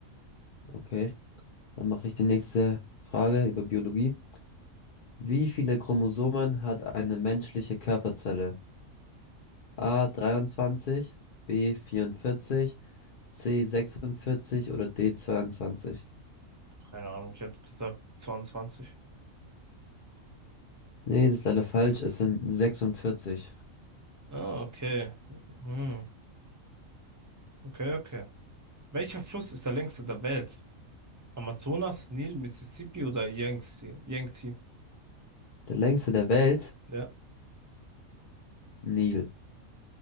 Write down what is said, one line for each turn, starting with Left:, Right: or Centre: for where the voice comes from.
Left: okay. Dann mache ich die nächste Frage über Biologie. Wie viele Chromosomen hat eine menschliche Körperzelle? A 23, B 44, C 46 oder D 22?
Right: Keine Ahnung, ich hätte gesagt zweiundzwanzig
Left: Nee, das ist leider falsch. Es sind 46.
Right: Ah, okay. Hm. Okay, okay. Welcher Fluss ist der längste der Welt? Amazonas, Nil, Mississippi oder Yangtze? Yangtze?
Left: Der längste der Welt?
Right: Ja.
Left: Nil.